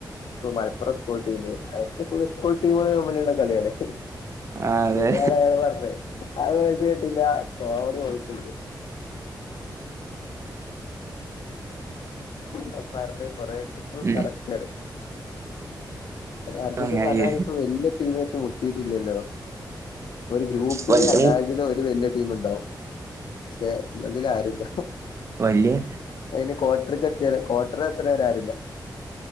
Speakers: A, on the left (about 80°); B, on the right (about 40°).
A: മലപ്പുറം സ്ക്കൂൾ ടീം അതിപ്പോ സ്ക്കൂൾ ടീം തമ്മിൽള്ള കളിയാണ്.
B: ആ അതെ
A: ശരിയാണ് അയാള് പറഞ്ഞേ ആ വോയിസ് കെട്ടില്ല കോമടി വോയിസ്‌ണ്ട്‌ തൊക്കെ പറഞ്ഞ കൊറെക്കെ ഫുൾ
B: ഉം
A: കറക്റ്റാണ്. അർജൻ
B: അങ്ങായി
A: റ്റീംപറഞാരി ഇപ്പ വല്യാ ടീമായിട്ട് <unintelligible> ഒര് ഗ്രൂപ്പില്
B: വല്ല
A: അല്ലാ <unintelligible> വല്യ ടീമിണ്ടാവും പക്ഷെ ഇവരതിൽ ആരുണ്ടാകും
B: വല്യേ..
A: അയിന് ക്വാട്ടർക്ക് എത്തിയാല് കൊട്രർ എത്ത്ണവരെ ആരുല്ല